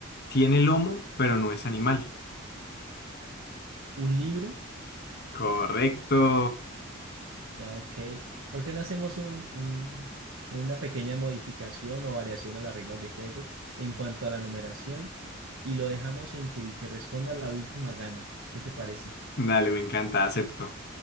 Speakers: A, on the left; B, on the right.
A: Tiene lomo, pero no es animal.
B: un libro
A: Correcto.
B: Ok, ¿por qué no hacemos un, un- una pequeña modificación o variación a las reglas de juego en cuanto a la numeración y lo dejamos en que el que responda la última gana? ¿Qué te parece?
A: Dale, me encanta, acepto.